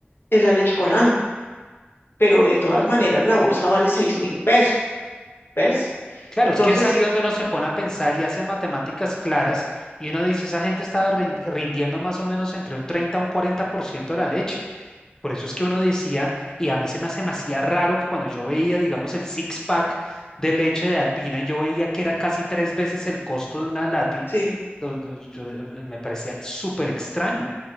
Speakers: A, on the left; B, on the left.
A: es la leche Colanda. Pero de todas maneras, la bolsa vale 6.000 pesos, ¿ves?
B: Claro,
A: Entonces,
B: es que es ahí donde uno se pone a pensar y hace matemáticas claras y uno dice, esa gente estaba rindi- rindiendo más o menos entre un 30 a un 40% de la leche. Por eso es que uno decía, y a mí se me hace demasiado raro que cuando yo veía, digamos, el six-pack de leche de Alpina, y yo veía que era casi tres veces el costo de una lati
A: sí,
B: Yo- yo- yo- em, em, me parecía súper extraño,